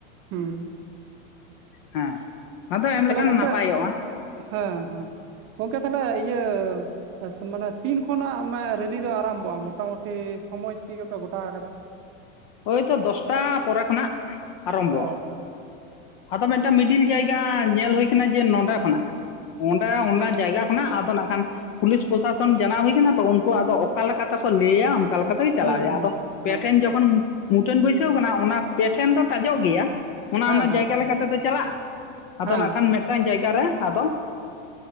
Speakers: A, on the right; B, on the left.
A: ᱦᱩᱸ
B: ᱦᱮᱸ ᱟᱫᱚ ᱮᱢ
A: ᱛᱟᱦᱚᱞᱮ
B: ᱞᱮᱠᱷᱟᱱ
A: ᱜᱚᱝᱠᱮ
B: ᱱᱟᱯᱟᱭᱚᱜᱼᱟ᱾
A: ᱦᱮᱸ ᱦᱮᱸ ᱜᱚᱝᱠᱮ ᱛᱟᱦᱞᱮ ᱤᱭᱟᱹ ᱮᱥ ᱢᱟᱱᱮ ᱛᱤᱱ ᱠᱷᱚᱱᱟᱜ ᱚᱱᱮ ᱨᱮᱞᱤ ᱫᱚ ᱟᱨᱟᱢᱵᱷᱚᱜᱼᱟ? ᱢᱚᱴᱟᱢᱩᱴᱤ ᱥᱚᱢᱚᱭ ᱛᱤᱨᱮ ᱯᱮ ᱜᱚᱴᱟ ᱟᱠᱟᱫᱟ?
B: ᱳᱭᱛᱚ ᱫᱚᱥᱴᱟ ᱯᱚᱨᱮ ᱠᱷᱚᱱᱟᱜ᱾ ᱟᱨᱟᱢᱵᱷᱚᱜᱼᱟ
A: ᱚᱻ ᱚᱻ ᱾
B: ᱟᱫᱚ ᱢᱤᱫᱴᱟᱝ ᱢᱤᱰᱤᱞ ᱡᱟᱭᱟ ᱧᱮᱞ ᱦᱩᱭ ᱟᱠᱟᱱᱟ ᱡᱮ, ᱱᱚᱰᱮ ᱠᱷᱚᱱᱟᱜ ᱚᱸᱰᱮ ᱚᱱᱟ
A: ᱦᱩᱸ
B: ᱡᱟᱭᱜᱟ ᱠᱷᱚᱱᱟᱜ ᱟᱫᱚ ᱱᱟᱜ ᱠᱷᱟᱱ ᱯᱩᱞᱤᱥ ᱯᱨᱚᱥᱟᱥᱚᱱ ᱡᱟᱱᱟᱣ ᱦᱩᱭ ᱟᱠᱟᱱᱟ ᱛᱚ, ᱩᱱᱠᱩ ᱟᱫᱚ ᱚᱠᱟ ᱞᱮᱠᱚ ᱛᱮᱠᱚ ᱞᱟᱹᱭᱟ᱾ ᱚᱱᱠᱟ ᱞᱮᱠᱟ ᱠᱟᱛᱮ ᱜᱮ ᱪᱟᱞᱟᱣ
A: ᱦᱩᱸ
B: ᱦᱩᱭᱩᱜᱼᱟ
A: ᱦᱩᱸ
B: ᱟᱫᱚ ᱯᱮ
A: ᱚ
B: ᱴᱷᱮᱱ ᱡᱚᱠᱷᱚᱱ ᱢᱩᱴᱷᱟᱹᱱ ᱵᱟᱹᱭᱥᱟᱹᱣ ᱠᱟᱱᱟ ᱚᱱᱟ ᱯᱮ ᱴᱷᱮᱱ ᱫᱚ ᱴᱟᱡᱚᱜ ᱜᱮᱭᱟ, ᱚᱱᱟ
A: ᱦᱮᱸ
B: ᱚᱱᱟ
A: ᱦᱮᱸ
B: ᱡᱟᱭᱜᱟ ᱞᱮᱠᱟ ᱛᱮᱫᱚ ᱪᱟᱞᱟᱜᱼᱟ, ᱟᱫᱚ
A: ᱦᱮᱸ
B: ᱱᱟᱜ ᱠᱷᱟᱱ ᱢᱤᱫᱴᱟᱝ ᱡᱟᱭᱜᱟ ᱨᱮ ᱟᱫᱚ